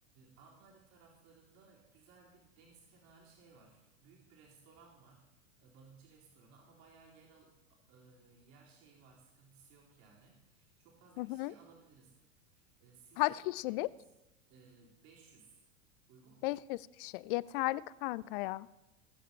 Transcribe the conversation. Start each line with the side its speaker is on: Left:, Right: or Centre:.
Right: Antalya taraflarında güzel bir deniz kenarı şey var. Büyük bir restoran var. E, balıkçı restoranı ama bayağı yer al, e, yer şeyi var, sıkıntısı yok yani. Çok fazla
Left: Hı
Right: kişiyi
Left: hı.
Right: alabiliriz. E, sizin
Left: Kaç
Right: istediğiniz
Left: kişilik?
Right: e, 500 uygun mu?
Left: 500 kişi. Yeterli kanka ya.